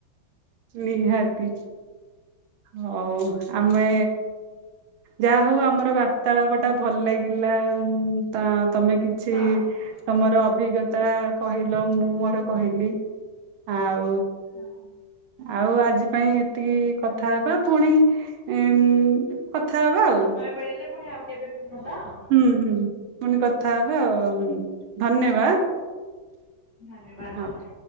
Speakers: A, on the right; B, on the left.
A: ନିହାତି। ହଉ ଆମେ ଯାହା ହଉ ଆମର ବାର୍ତ୍ତାଳାପ ଟା ଭଲ ଲାଗି- ଲା ଉଁ-ତ ତମେ କିଛି
B: ହଁ।
A: ତମର ଅଭିଜ୍ଞ- ତା କହିଲ, ମୁଁ ମୋର କହିଲି ଆଉ
B: ହଁ <unintelligible>
A: ଆଉ ଆଜି ପାଇଁ ଏତିକି କଥା ହବା ପୁଣି ଏଉଁ କଥା ହବା ଆଉ
B: ସମୟ ମିଳିଲେ ପୁଣି ଆଉ କେବେ? କଥା ହବା ଆଉ
A: ହୁଁ ହୁଁ ପୁଣି କଥା ହବା, ଆଉ ଧନ୍ୟବାଦ!
B: ଧନ୍ୟବାଦ
A: ହଉ।